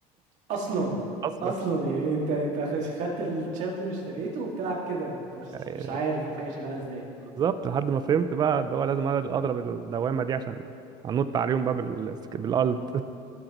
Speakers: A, on the right; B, on the right.
A: اصلا
B: <laughs>
A: اصلا يعني انت انت خ- خدت الشامبيون اشتريته وبتلعب كده انت مش
B: اصلا
A: مش عارف الحاجة شغالة ازاي
B: بالظبط لحد ما فهمت بقى اللي هو لازم أنا اضرب الدوامه دي عشان انط عليهم بقى بال... بالالت